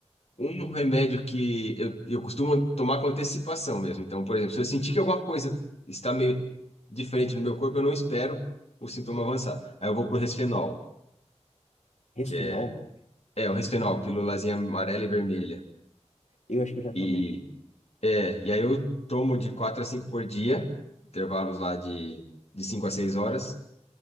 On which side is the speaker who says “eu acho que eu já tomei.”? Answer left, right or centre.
Left